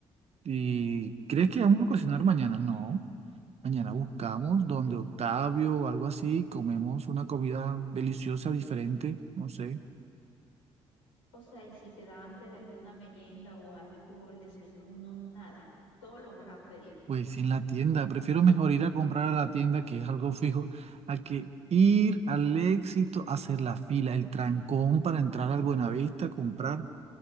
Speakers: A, on the right; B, on the left.
A: ¿Y crees que vamos a cocinar mañana? No. Mañana buscamos donde Octavio o algo así, comemos una comida deliciosa, diferente, no sé.
B: O sea, y si te da hambre de alguna merienda o algo, el desayuno, nada, todo lo vas a pedir.
A: Pues en la tienda, prefiero mejor ir a comprar a la tienda, que es algo fijo, a que ir al Éxito a hacer la fila, el trancón para entrar al Buenavista a comprar.